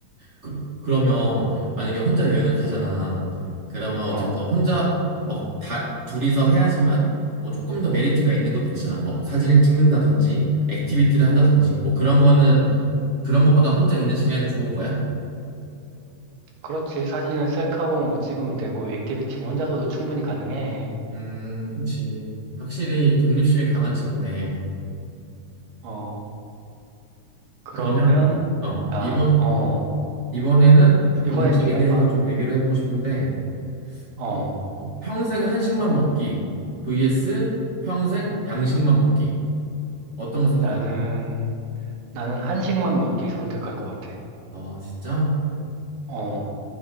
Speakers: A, on the right; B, on the right.
A: 그, 그러면 만약에 혼자 여행을 가잖아. 그러면 어쨌든
B: 어.
A: 혼자 막 다 둘이서 해야지만 뭐 조금 더 메리트가 있는 것들 있잖아. 뭐 사진을 찍는다든지 액티비티를 한다든지 뭐 그런 거는 그런 것보다 혼자 있는 시간이 더 좋은 거야?
B: 그렇지. 사진은 셀카봉으로 찍으면 되고 액티비티는 혼자서도 충분히 가능해.
A: 음, 그렇지. 확실히 독립심이 강한 친구네.
B: 어. 그러면
A: 그러면 어,
B: 나
A: 이번
B: 어,
A: 음, 이번에는 약간
B: 이번엔
A: 음식에
B: 네가
A: 대해서
B: 해 봐.
A: 좀 얘기를 해보고 싶은데
B: 어.
A: 어, 어, 평생 한식만 먹기 vs 평생 양식만 먹기. 어떤 거 선택할까요?
B: 나는 나는 한식만 먹기 선택할 것 같아.
A: 아, 진짜?
B: 어.